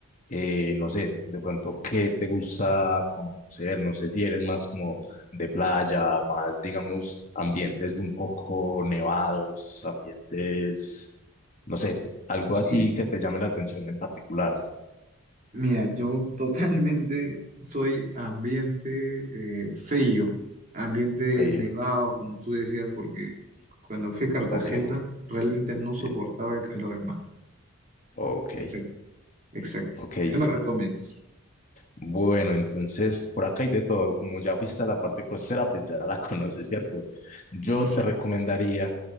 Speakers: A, on the left (about 35°); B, on the right (about 35°).
A: eh, no sé, de pronto qué te gusta conocer, no sé si eres más como de playa, más digamos ambientes un poco nevados, ambientes, no sé, algo
B: Sí.
A: así que te llame la atención en particular.
B: Mira, yo <laughs> totalmente soy ambiente eh, frío, ambiente
A: Frío.
B: nevado, como tú decías, porque cuando fui a Cartagena
A: Ok,
B: realmente no
A: sí,
B: soportaba el calor, hermano.
A: ok,
B: Exacto, exacto.
A: ok,
B: ¿Qué
A: sí.
B: me recomiendas?
A: Bueno, entonces por acá hay de todo. Como ya fuiste a la parte costera, pues ya la <laughs> conoces, ¿cierto? Yo
B: <laughs>
A: te recomendaría